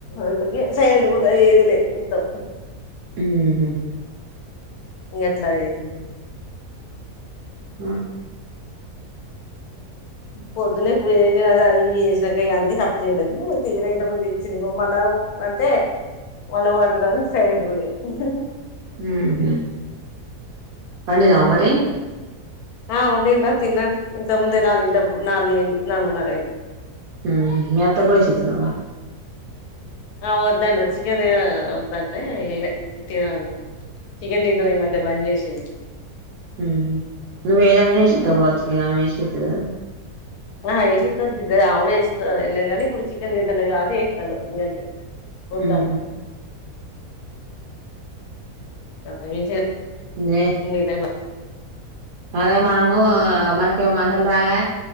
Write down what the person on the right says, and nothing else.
మ్ హ్మ్
మ్
మ్ హ్మ్ పండినావా మరీ
మ్ మీ అత్తగూడా ఏసిచ్చినావా
ఉహు నువ్ వేదన్న ఎషితవ్ కావచ్చు ఇగ ఆమె ఏషితదా
ఉహు
నే
అదే మనం మనాకేమో మాటలు రావయ్